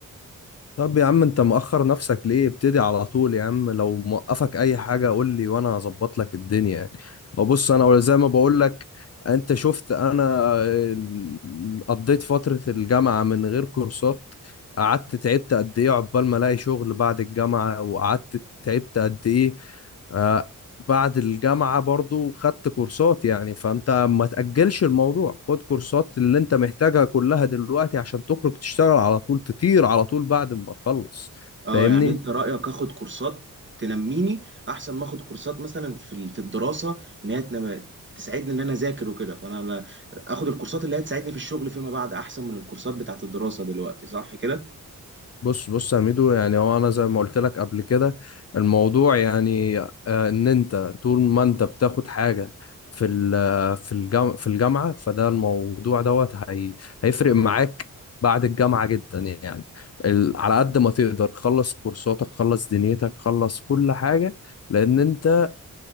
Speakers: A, on the left (about 50°); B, on the right (about 35°).
A: طب يا عم انت مأخر نفسك ليه ابتدي على طول يا عم لو موقفك اي حاجة قول لي وانا هظبط لك الدنيا يعني ببص انا زي ما بقول لك انت شفت انا ال- قضيت فترة الجامعة من غير كورسات قعدت تعبت قد ايه عقبال ما الاقي شغل بعد الجامعة وقعدت تعبت قد ايه آه، بعد الجامعة برضو خدت كورسات يعني فأنت ما تأجلش الموضوع خد كورسات اللي أنت محتاجها كلها دلوقتي عشان تخرج تشتغل على طول تطير على طول بعد ما تخلص
B: اه
A: فاهمني؟
B: يعني انت رأيك اخد كورسات تنميني احسن ما اخد كورسات مثلا في ال- في الدراسة ان هي تنم... تساعدني ان انا اذاكر وكده فانا لا- اخد الكورسات اللي هي تساعدني في الشغل فيما بعد احسن من الكورسات بتاعت الدراسة دلوقتي صح كده
A: بص بص يا ميدو يعني هو انا زي ما قلت لك قبل كده الموضوع يعني آه، ان انت طول ما انت بتاخد حاجه في ال- في الجامعه في الجامعه فده الموضوع دوت هي هيفرق معاك بعد الجامعه جدا يعني ال- على قد ما تقدر خلص كورساتك خلص دنيتك خلص كل حاجه لان انت